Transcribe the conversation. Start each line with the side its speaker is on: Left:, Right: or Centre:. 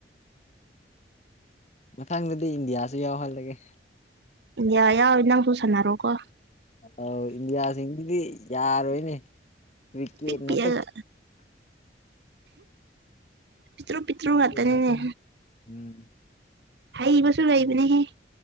Left: ꯃꯊꯪꯗꯗꯤ ꯏꯟꯗꯤꯌꯥꯁꯨ ꯌꯥꯎꯍꯜꯂꯒꯦ
Right: ꯌꯥ ꯌꯥꯎ ꯅꯪꯁꯨ ꯁꯟꯅꯔꯣꯀꯣ
Left: ꯑꯧ ꯏꯟꯗꯤꯌꯥꯁꯤꯡꯗꯨꯗꯤ ꯌꯥꯔꯣꯏꯅꯦ ꯀꯔꯤꯀꯦꯠ
Right: ꯄꯤꯛ
Left: ꯉꯥꯛꯇ
Right: ꯄꯤꯛꯑꯒ ꯄꯤꯛꯇ꯭ꯔꯨ ꯄꯤꯛꯇ꯭ꯔꯨ
Left: ꯀ꯭ꯔꯤꯀꯦꯠ
Right: ꯉꯛꯇꯅꯤꯅꯦ
Left: ꯉꯥꯛꯇꯅꯤ ꯎꯝ
Right: ꯍꯥꯏꯕꯁꯨ ꯂꯩꯥꯏꯕꯅꯦꯍꯦ
Left: ꯕꯣꯜ